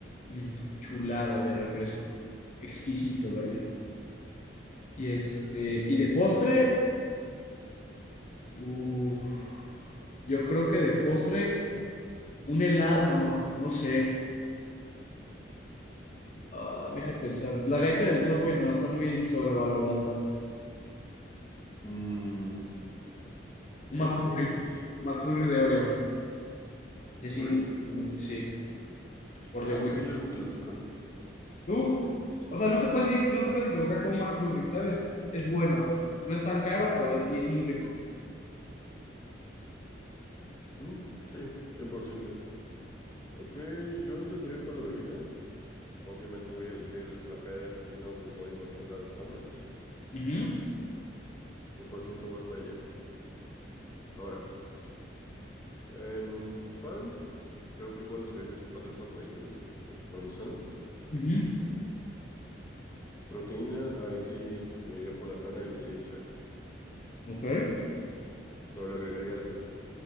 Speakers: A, on the left; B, on the left.
A: Mm, chulada de refresco. Exquisito, vaya. Y este, y de postre, uf, yo creo que de postre, un helado, no, no sé. Ah, deja pensar. La galleta del Subway no, está muy sobrevalorada.
B: Mm,
A: Un
B: veamos.
A: McFlurry, un McFlurry de Oreo. Decididamente,
B: McFlurry.
A: sí, por The
B: Ah,
A: Win.
B: ok, algo clásico.
A: Tú, o sea, no te puedes, no te puedes equivocar con un McFlurry, ¿sabes? Es bueno, no es tan caro, pero es, y es muy rico.
B: Mm, sí, cien por ciento. Ok, yo empezaría por la bebida. Obviamente voy a elegir el frappé de pepino, limón y manzana de Sanborns.
A: Ujú,
B: cien por ciento voy por ella. Ahora, en pan, creo que igual usaría su pan de Subway, el de parmesano.
A: Ujú,
B: Proteína, ahí sí me iría por la carne del Shake Shack,
A: Ok.
B: pero le agregaría algo.